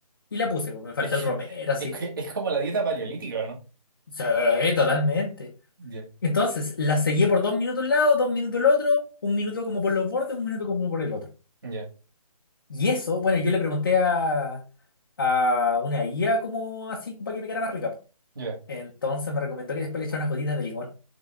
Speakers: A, on the left (about 35°); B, on the right (about 35°).
A: y la puse, pues me falta
B: Es
A: el
B: que,
A: romero, así.
B: es que- es como la dieta paleolítica, ¿o ¿no?
A: Sí, totalmente.
B: Ya,
A: Entonces, la seguí por dos minutos un lado, dos minutos el otro, un minuto como por los bordes, un minuto como por el otro.
B: ya,
A: Y eso, bueno, yo le pregunté a, a una guía como así para que me quedara más rica. po.
B: ya,
A: Entonces me recomendó que después le echara unas gotitas de limón